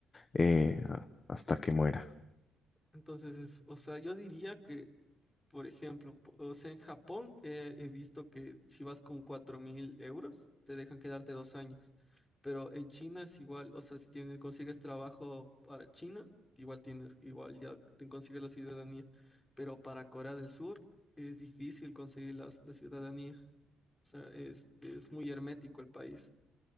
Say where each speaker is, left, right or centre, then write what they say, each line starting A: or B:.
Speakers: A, on the left; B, on the left.
A: eh, hasta que muera.
B: Entonces, es- o sea, yo diría Por ejemplo, po- o sea, en Japón eh, he visto que si vas con cuatro mil euros, te dejan quedarte dos años. Pero en China es igual, o sea, si tienes, consigues trabajo para China, igual tienes, igual ya te consigues la ciudadanía. Pero para Corea del Sur es difícil conseguir la, la ciudadanía. O sea, es, es muy hermético el país